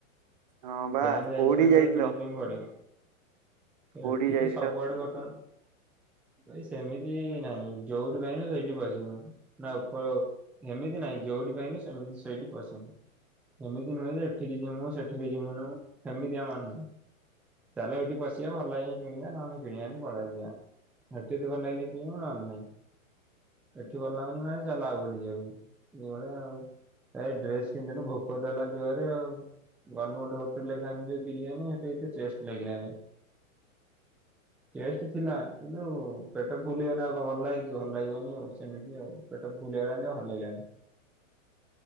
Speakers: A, on the right; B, in the centre.
A: ହଁ ବା
B: ଯାହେନେ ଯାଇଛୁ
A: କୋଉଠିକି
B: ମାନେ
A: ଯାଇଥିଲ
B: ତ କିଣିବା ପାଇଁ ପଡିବ। ଏଠି
A: କୋଉଠିକି ଯାଇଥିଲ?
B: ତ ସବୁଆଡେ ବର୍ତ୍ତମାନ ଭାଇ ସେମିତି ନାଇ। ଯୋଉଠି ପାଇନୁ ସେଇଠି ପଶିନୁ। ନା ଉପର ଏମିତି ନାହିଁ ଯୋଉଠି ପାଇନୁ ସେମିତି ସେଇଠି ପଶିନୁ। ଏମିତି ନୁହେଁ ଯେ ଏଠିକି ଜିମୁ ସେଠିକି ଜିମୁନୁ ସେମିତି ଆମାର ନାଇ। ଚାଲ ଏଇଠି ପଶିବା ଭଲ ଲା <unintelligible> କିଣିବା ନହନେ କିଣିବାନି ପଳେଇ ଆସିବା। ଏଠି ଯଦି ଭଲ ଲାଗିଲା କିଣ ନହେଲେ ନାଇଁ। ଏଠି ଭଲ ଲାଗୁନି ମାନେ ଚାଲ ଆଉ ଗୋଟେ ଜାଗା ଏଇ ଭଳିଆ ଆଉ। ଏ ଡ୍ରେସ କିଣିଦେନୁ ଭୋକ ତ ହେଲା ଜୋରେ ଆଉ ଗନୁ ଗୋଟେ ହୋ ସେଠି ଲେଖା ହେଇଚି ବିରିୟାନୀ ସେଠି ଏତେ ଟେଷ୍ଟ ଲାଗିଲାନି। ଟେଷ୍ଟ ଥିଲା କିନ୍ତୁ ପେଟ ଫୁଲ ହେଇଗଲେ ଆଉ କଣ ଭଲ ଲାଗେ କି ଭଲ ଲାଗିବନି ଆଉ ସେମିତି ଆଉ ପେଟ ଫୁଲ ହେଇଗଲା <unintelligible> ଭଲ ଲାଗିଲାନି।